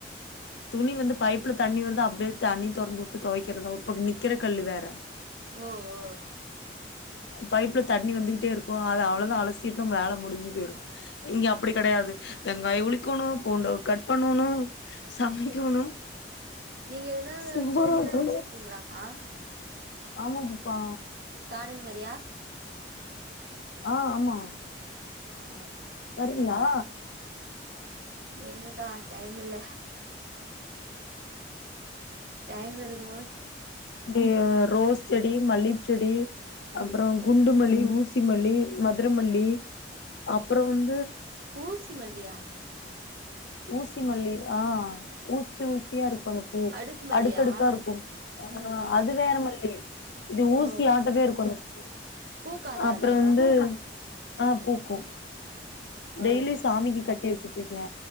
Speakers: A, on the left (about 70°); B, on the right (about 55°).
A: துணி வந்து பைப்புல தண்ணி வருது அப்டியே தண்ணி தொறந்து உட்டு தொவைக்கிறதா உ ப நிக்கெற கல்லு வேற
B: ஓ ஓ
A: பைப்புல தண்ணி வந்துக்கிட்டே இருக்கு அத அவ்ளோதா அலசிட்னா வேல முடிஞ்சு போயிரு இங்க அப்டி கடையாது வெங்காயோ
B: ஆ
A: உளிக்கோணு பூண்ட கட் பண்னோனு சமைக்கோணு
B: நீங்க எதுனா
A: சோறாக்கணு
B: செடிலா வச்சிருக்கீங்களாக்கா
A: ஆமாம் பாப்பா
B: காடன் மாரியா
A: ஆ ஆமா
B: ஆ
A: வரீங்களா
B: எங்கக்கா டயம் இல்ல டைம் இருக்கமோது
A: டி ரோஸ் செடி மல்லிப்பு செடி
B: ம்
A: அப்பறோ குண்டுமல்லி ஊசி மல்லி மதுர மல்லி அப்பறோ வந்
B: ஊசிமல்லியா
A: ஊசிமல்லி ஆ ஊ சிஊசியா இருக் <unintelligible> பூ
B: அடுக்கு மல்லியா
A: அடுக்கடுக்காருக்கு ஆ
B: ம் ம்
A: அது வேறமல்லி இது ஊசியாட்டக்கே
B: ஓ ஓ
A: இருக்கு அந்த பூ
B: பூக்காதா
A: அப்பறொ
B: ஆனா
A: வந்து ஆ பூக்கு
B: ஆ
A: டெய்லி சாமிக்கி கட் வெச்சிட்ருக்க